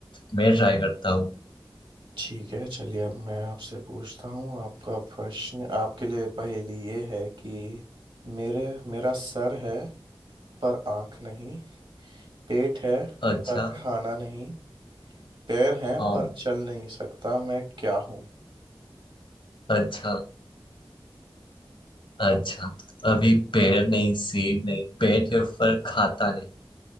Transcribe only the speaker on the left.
मैं ट्राई करता हूँ
अच्छा
हाँ
अच्छा अच्छा
तो अभी पैर नहीं सीट नहीं पेट है पर खाता नहीं